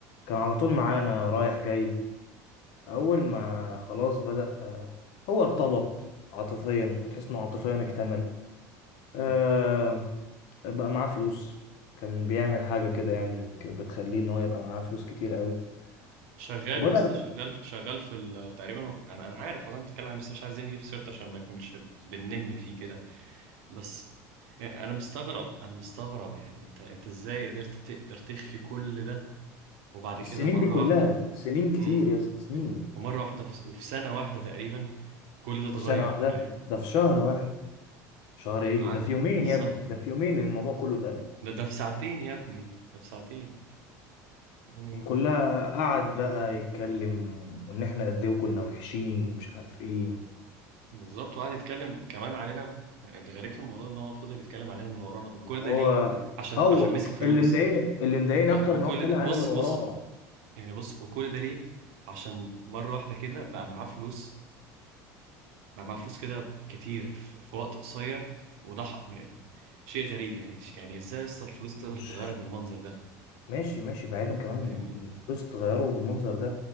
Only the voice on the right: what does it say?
قول.
مم.
شغال
يا اسطى شغال شغال في ال- تقريبا انا انا عارف والله انت بتتكلم عن- بس مش عايزين نجيب سيرته عشان ما يكونش بننم فيه كده بس آه، انا مستغرب انا مستغرب يعني انت انت ازاي قدرت تقدر تخفي كل ده وبعد كده
مرة
واحدة
امم
ومرة واحدة في... وفي سنة واحدة تقريبا كل ده اتغير
فاهم
عن
بالظبط
ده ده في ساعتين يا ابني ده في ساعتين يعني
بالظبط وقعد يتكلم كمان علينا الغريب في الموضوع ان هو فضل يتكلم علينا من ورانا وكل
ده ليه عشان
عشان مسك فلوس
عش-
وكل
ده
بص
بص يعني بص وكل ده ليه عشان مرة واحدة كده بقى معاه فلوس بقى معاه فلوس كده كتير في في وقت قصير وده حق- يعني شيء غريب يعني ش- يعني ازاي اصلا الفلوس تقدر
تغيرك بالمنظر ده
فاهمني